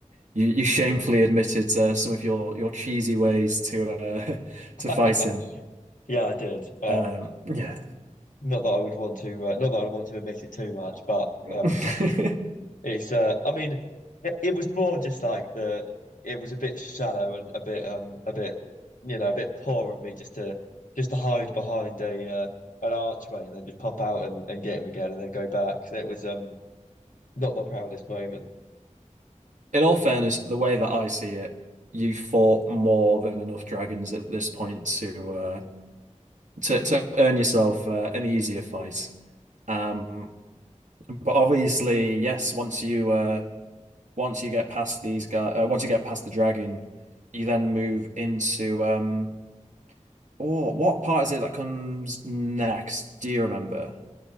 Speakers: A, on the right (about 75°); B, on the left (about 85°).
A: you, you shamefully admitted uh, some of your your cheesy ways to uh, <laughs>
B: <laughs>
A: to fight him.
B: Yeah, I did. Um,
A: Um, yeah.
B: not that I would want to, uh, not that I would want to admit it too much, but
A: <laughs>
B: um, it's. Uh, I mean, it, it was more just like the. It was a bit shallow and a bit, um, a bit, you know, a bit poor of me just to just to hide behind a uh, an archway and then just pop out and, and get him again and then go back. So it was um not my proudest moment.
A: In all fairness, the way that I see it, you fought more than enough dragons at this point to uh, to to earn yourself uh, an easier fight. Um, but obviously, yes, once you uh, once you get past these guys, uh, once you get past the dragon, you then move into um. Oh, what part is it that comes next? Do you remember?